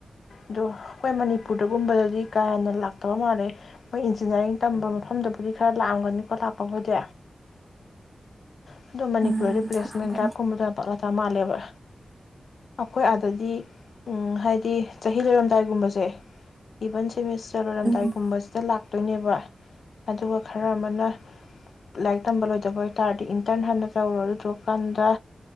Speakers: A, on the left (about 80°); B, on the right (about 15°).
A: ꯑꯗꯣ ꯑꯩꯈꯣꯏ ꯃꯅꯤꯄꯨꯔ ꯑꯗꯨꯒꯨꯝꯕꯗꯗꯤ ꯀꯥ ꯍꯦꯟꯅ ꯂꯥꯛꯇꯕ ꯃꯥꯜꯂꯦ ꯃꯣꯏ ꯏꯟꯖꯤꯅꯤꯌꯥꯔꯤꯡ ꯇꯝꯕ ꯃꯐꯝꯗꯨꯕꯨꯗꯤ ꯈꯔ ꯂꯥꯛꯑꯝꯒꯅꯤꯀꯣ ꯂꯥꯛꯄꯕꯨꯗꯤ <unintelligible> ꯑꯗꯣꯅꯤꯄꯨꯔꯔꯤ꯭ꯂꯦꯁꯃꯦꯟ
B: ꯎꯝ ꯍꯪꯒꯅꯤ
A: ꯗ꯭ꯔꯥꯏꯕꯀꯨꯝꯕꯅ ꯄꯥꯛꯂꯛ ꯦꯕ ꯑꯩꯣꯏ ꯑꯗꯤ ꯎꯝ ꯍꯥꯏꯗꯤ ꯁꯤ ꯆꯍꯤ ꯂꯩꯔꯝꯗꯥꯏꯒꯨꯝꯕꯁꯦ ꯏꯚꯟ ꯁꯦꯃꯤꯁ ꯆꯔꯣꯏꯔꯂꯝꯗꯥꯏꯒꯨꯝꯕꯁꯤꯗ
B: ꯎꯝ
A: ꯂꯥꯛ ꯊꯣꯛꯥꯛꯇꯣꯏꯅꯦꯕ ꯑꯗꯨꯒ ꯈꯔ ꯑꯃꯅ ꯂꯥꯏꯔꯤꯛ ꯇꯝꯕ ꯂꯣꯏꯗꯕ ꯇꯥꯔꯗꯤ ꯏꯟꯇꯔꯟ ꯍꯥꯟꯅ ꯇꯧꯔꯣ ꯑꯗꯨ ꯊꯣꯛꯣꯛꯑꯀꯥꯟꯗ